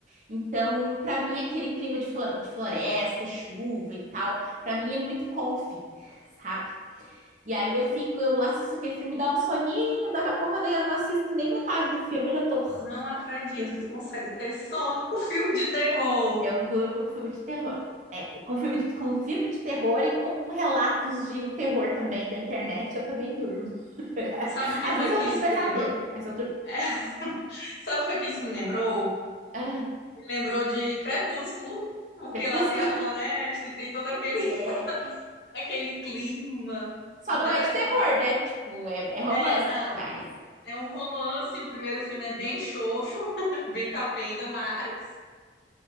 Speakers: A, on the right; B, on the left.
A: Então, pra mim, aquele clima de, flo- de floresta e chuva e tal, pra mim é muito comfy, sabe? E aí eu fico, eu assisto aquele filme, dá um soninho, daqui a pouco eu nem- eu não assisto nem metade do filme, eu já tô
B: Não acredito
A: dormindo
B: que tu consegue ter sono com filme de terror.
A: Eu durmo com filme de terror. É, com filme de, com filme de terror e com relatos de terror também da internet, eu também durmo. <laughs>
B: Sabe o que
A: Às
B: foi
A: vezes
B: que
A: eu tenho
B: isso
A: pesadelo,
B: me lembrou?
A: mas eu durmo.
B: <laughs> Sabe o que foi que isso me lembrou?
A: Ah,
B: Me lembrou de Crepúsculo, porque
A: Crepúsculo.
B: lá tem a
A: <laughs>
B: floresta e tem todo aquele, <laughs>
A: É,
B: aquele clima
A: só
B: interessante.
A: não é de terror, né? Tipo, é, é romance,
B: É, não,
A: mas.
B: é um romance, o primeiro filme é bem xoxo, <laughs> bem capenga, mas